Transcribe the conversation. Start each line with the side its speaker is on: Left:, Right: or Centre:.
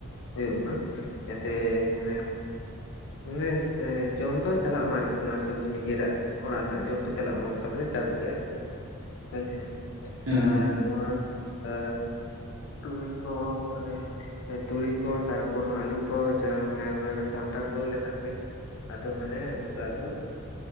Left: ᱦᱳᱭᱳᱜ ᱢᱟ᱾ ᱡᱟᱛᱮ
Right: ᱦᱩᱸ
Left: ᱢᱟᱱᱮ ᱢᱮᱥ ᱥᱮ ᱡᱚᱢ ᱫᱚ ᱪᱟᱞᱟᱜ ᱢᱟ ᱟᱨᱠᱤ ᱚᱱᱟ ᱥᱚᱵᱽᱡᱤ ᱱᱤᱡᱮᱨᱟᱜ᱾ ᱚᱲᱟᱜ ᱨᱮᱱᱟᱜ ᱡᱚᱢ ᱫᱚ ᱪᱟᱞᱟᱜ ᱢᱟ ᱚᱱᱠᱟ ᱫᱚᱞᱮ ᱪᱟᱥ ᱜᱮᱭᱟ ᱟᱨᱠᱤ᱾ ᱦᱳᱭᱥᱮ
Right: ᱦᱩᱸ
Left: ᱟᱨ
Right: ᱦᱩᱸ
Left: ᱱᱚᱣᱟ ᱟ ᱛᱩᱲᱤ ᱠᱚ ᱢᱟᱱᱮ ᱛᱩᱲᱤ ᱠᱚ ᱛᱟᱨᱯᱚᱨ ᱱᱚᱣᱟ ᱟᱹᱞᱩ᱾ ᱠᱚ ᱪᱟᱜ-ᱟ ᱢᱟᱱᱮ ᱚᱱᱟᱞᱮ ᱥᱟᱢᱴᱟᱣ ᱠᱩᱲᱟᱹᱣ ᱞᱮᱠᱷᱟᱱ ᱜᱮ᱾ ᱟᱫᱚ ᱢᱟᱱᱮ ᱩᱱᱫᱚ ᱟᱫᱚ